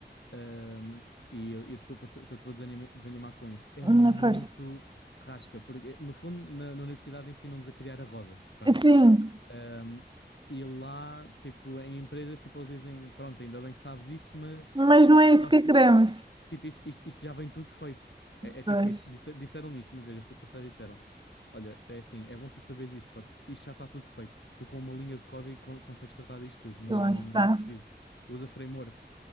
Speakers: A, on the left; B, on the right.
A: Um, e eu, eu desculpa se, se eu te vou desanima- desanimar com isto. É muito
B: Na força.
A: rasca, porque no fundo na, na universidade ensinam-nos a criar a roda. Pronto.
B: Sim,
A: Um, e lá, tipo, em empresas, tipo, eles dizem, pronto, ainda bem que sabes isto, mas
B: mas não é isso
A: nós,
B: que queremos.
A: tipo, tipo, isto, isto, isto já vem tudo feito. É, é tipo
B: Pois,
A: isso. Disse- Disseram-me isto uma vez, eu fui para o estágio e disseram, olha, é assim, é bom tu saberes isto, só que isto já está tudo feito. Tu com uma linha de código con- consegues tratar disto tudo, não,
B: lá
A: não,
B: está.
A: não é preciso. Usa frameworks.